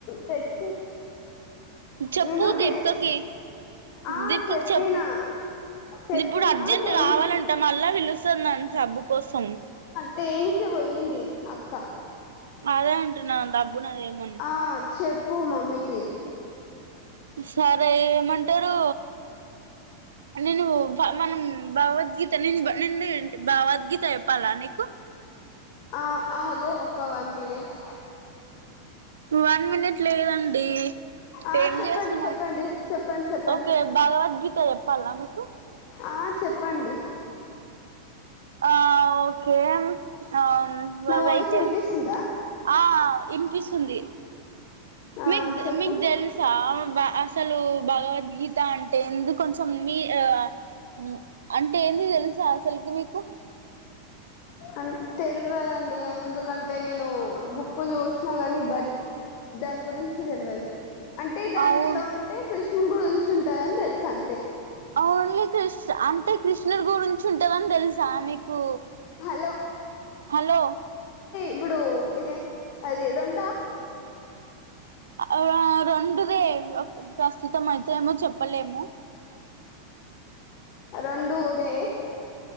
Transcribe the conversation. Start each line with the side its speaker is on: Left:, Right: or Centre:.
Left: తెచ్చి
Right: చెప్పు
Left: నేను
Right: దీప్కకి
Left: తెచ్ ఆ
Right: దీప్కకి
Left: చెప్పినా
Right: చెప్పు
Left: చెప్పినా
Right: ఇప్పుడు అర్జెంట్
Left: తేని
Right: కావాలంటా మళ్ళ వీళ్ళస్త స మ్యామ్ సు <unintelligible> కోసం
Left: టేనికి పొయ్యింది అక్క
Right: అదే అంటున్నామ్ డ బ్బున్నదేమొ అని
Left: ఆ చెప్పు మమ్మీకి
Right: సరే ఏమన్ అంటారు నేను మనం భగవద్గీత నిన్ను భగవద్గీత చెప్పాలా నీకు
Left: ఆ ఆగు ఒక వన్ మినిట్
Right: వన్ మినిట్ లేదండి
Left: ఆ
Right: ఏం
Left: చెప్పండి
Right: చేస్తున్నారు
Left: చెప్పండి చెప్పండి చెప్పండి
Right: ఓకే భగవద్గీత చెప్పాలా మీ కు
Left: ఆ చెప్పండి
Right: ఆ ఓకే ఆ
Left: నా
Right: వెయిటిన్
Left: వాయిస్ వినిపిస్తుందా
Right: ఆ ఇనిపిస్తుంది
Left: ఆ
Right: మీకు
Left: చెప్పు
Right: మీకు తెలుసా అస్సలు భగవద్గీత అంటే ఎందుకు కొంచం మీ ఆ ని అంటే ఏంది తెలుసా తెల్దు మీకు
Left: అన్ తెల్వదం ఎందుకంటే నేను బుక్కు చూసి నాగానీ బట్ దాని గురించి తెల్వది అంటే దాంట్లో
Right: అవు
Left: అంటే కృష్ డు గురుంచ్ ఉంటాది అని తెల్సు అంతే
Right: ఓన్లీ కృష్ణ అంటే కృష్ణడి గురించి ఉంటేవని తెలుస్ స మీకు
Left: హలో
Right: హలో
Left: ఇప్పుడు ఇదే అది రొం
Right: ఆ రొం డా దే ప్రస్తుతం అయితే ఏమో చెప్పలేము
Left: రొండూ దే